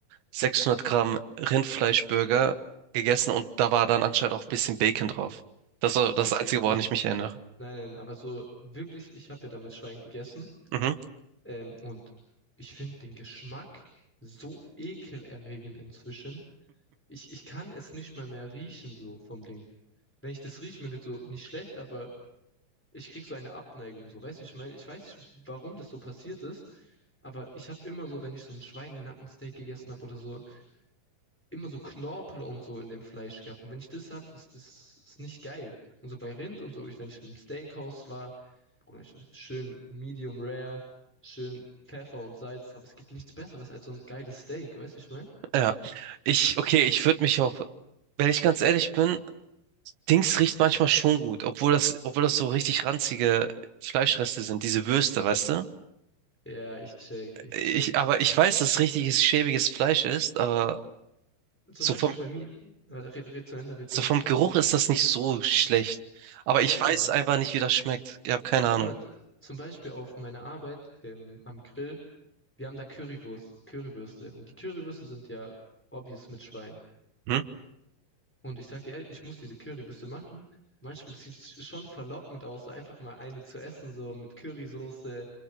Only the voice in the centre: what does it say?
Ja,
okay,
das.
Nein, nein, aber so wirklich, ich habe ja damals Schwein gegessen.
Ähm, und ich finde den Geschmack so ekelerregend inzwischen. Ich, ich kann es nicht mal mehr riechen, so vom Ding. Wenn ich das rieche, mir wird so nicht schlecht, aber. ich krieg so eine Abneigung, so, weißt du, ich meine, ich weiß nicht, warum das so passiert ist, aber ich habe immer so, wenn ich so ein Schweinenackensteak gegessen habe oder so, immer so Knorpel und so in dem Fleisch gehabt. Und wenn ich das hab, das ist, ist nicht geil. Und so bei Rind und so, ich, wenn ich im Steakhouse war, Bruder, ich, schön Medium Rare, schön Pfeffer und Salz drauf. Es gibt nichts Besseres als so ein geiles Steak, weißt du, ich meine?
Ja, ich check, ich
check.
Zum
Beispiel
bei mir, warte, red, red zu Ende, red
zu Ende.
Ja,
ja.
Guck mal, z- zum Beispiel auf meiner Arbeit ähm, am Grill, wir haben da Currywurst, Currywürste und die Currywürste sind ja obvious mit Schwein.
Und ich sagte, ehrlich, ich muss diese Currywürste machen. Manchmal sieht es schon verlockend aus, so einfach mal eine zu essen, so mit Currysoße